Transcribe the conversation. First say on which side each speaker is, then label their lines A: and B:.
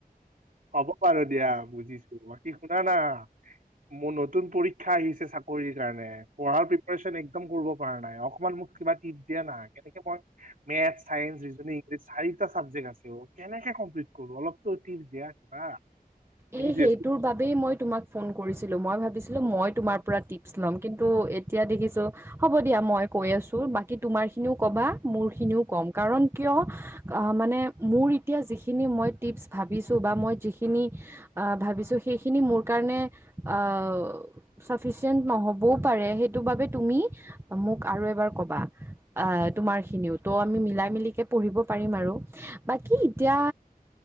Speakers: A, on the right; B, on the right.
A: হ'ব বাৰু দিয়া বুজিছো বাকি শুনা না? মোৰ নতুন পৰীক্ষা আহিছে চাকৰিৰ কাৰণে পঢ়াৰ পি পুৰেচন কৰিব পৰা নাই অকণমান মোক কিবা ট্ৰিপ দিয়া না কেনেকে মই মেঠ চাইেন্স, ৰিজন, ইংলিছ চাৰিটা চাবজেক্ট আছে কেনেকে কমপ্লিট কৰো অলপতো ট্ৰিপ দিয়া কিবা? তুমি
B: এ
A: যিহেতু
B: সেইটোৰ বাবেই মই তোমাক ফোন কৰিছিলো মই ভাবিছিলো মই তোমাৰ পৰা টিপছ ল'ম কিন টো এতিয়া দেখিছো হ'ব দিয়া মই কৈ আছো বাকী তোমাৰ খিনিও কবা মোৰ খিনিও কম কাৰণ কিয় মানে মোৰ এতিয়া যিখিনি মই টিপছ ভাবিছোঁ বা মই যিখিনি আহ ভাবিছো সেইখিনি মোৰ কাৰণে আহ চাফিচিয়েট নহবও পাৰে সেইটো বাবে তুমি মোক আৰু এবাৰ কবা আহ তোমাৰ খিনিও ত' আমি মিলাই মিলিকে পঢ়িব পাৰিম আৰু বাকী এতিয়া